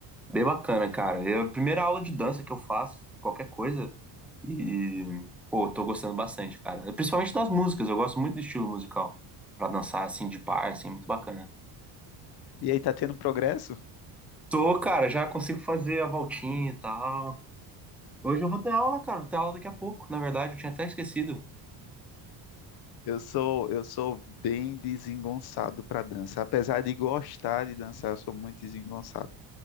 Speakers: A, in the centre; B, on the left (about 50°).
A: Bem bacana, cara. É a primeira aula de dança que eu faço, qualquer coisa. E, pô, tô gostando bastante, cara. É Principalmente das músicas. Eu gosto muito do estilo musical. Pra dançar, assim, de par, assim, muito bacana.
B: E aí, tá tendo progresso?
A: Tô, cara, já consigo fazer a voltinha e tal. Hoje eu vou ter aula, cara. Vou ter aula daqui a pouco. Na verdade, eu tinha até esquecido.
B: Eu sou, eu sou bem desengonçado para dança. Apesar de gostar de dançar, eu sou muito desengonçado.